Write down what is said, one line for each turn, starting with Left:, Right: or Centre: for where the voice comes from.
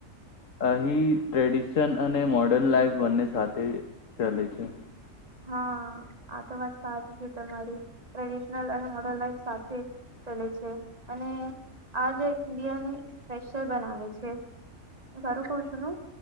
Left: અહી ટ્રેડિશન અને મોર્ડર્ન લાાઈફ બંને સાથે ચલે છે
Right: હા આ તો વાત સાચી છે તમારી ટ્રેડિશનલ અને મો લાઈફ સાથે ચલે છે અને આજ ઇન્ડિયાની સ્ બનાવે છે સારું કઉ છું ન